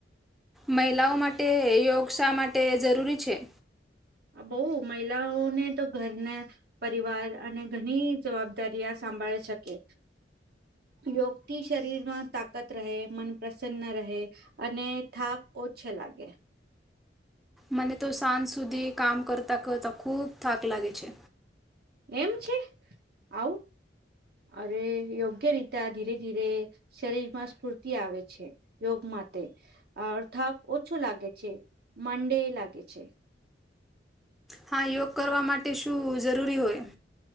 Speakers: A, in the centre; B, on the right (about 60°).
A: મહિલાઓ માટે યોગ શા માટે જરૂરી છે.
B: બઉ મહિલાઓને તો ઘરના. પરિવાર અને ઘણી જવાબદારી આ સાંભાળી શકે. યોગથી શરીરમાં તાકાત રહે મન પ્રસન્ન રહે. અને થાક ઓછે લાગે.
A: મને તો સાંજ સુધી કામ કરતાં કરતાં ખૂબ થાક લાગે છે.
B: એમ છે આવું અરે યોગ. યોગ્ય રીત ધીરે ધીરે શરીર માં સ્ફૂર્તિ આવે છે યોગ માટે. અ થાક ઓછું લાગે છે માનડે લાગે છે.
A: હા યોગ કરવા માટે શું જરૂરી હોય.